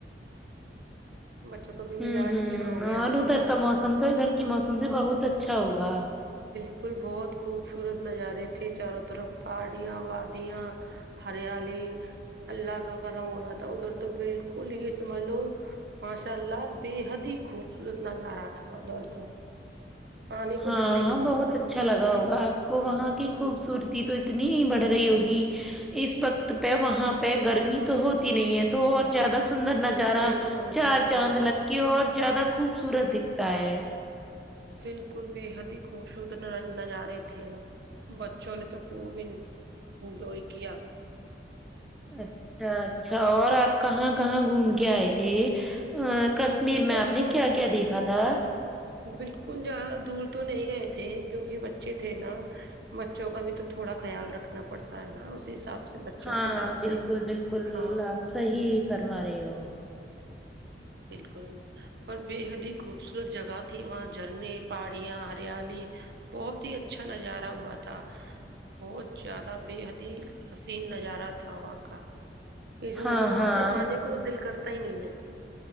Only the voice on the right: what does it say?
بچوں کا بھی
مزاج
اچھا ہو گیا
ہاں
بالکل بہت خوبصورت نظارے تھے چاروں طرف پہاڑیاں وادیاں ہریالی اللہ کا کرم ہو رہا تھا ادھر تو بالکل یہ سمجھ لو ماشاء اللہ بے حد ہی خوبصورت نظارہ تھا دڑ تو آنے کو
دل نہیں کر
سکتا
بالکل
بالکل
بالکل
بالکل بے حد ہی خوبصورت نظارے تھے بچوں نے تو خوب انجوائے کیا
بس
بالکل جد دور تو نہیں گئے تھے کیونکہ بچے تھے نا بچوں کا بھی تو تھوڑا خیال رکھنا پڑتا ہے نا اسی حساب سے بچوں
کے حساب
سے
ہاں
بالکل اور بے حد ہی خوبصورت جگہ تھی وہاں جھرنے پہاڑیاں ہریالی بہت ہی اچھا نظارہ ہوا تھا بہت زیادہ بے حد ہی حسین نظارہ تھا وہاں کا پیسا
مطلب وہاں
سے آنے کو تو دل کرتا ت ہی نہیں ہے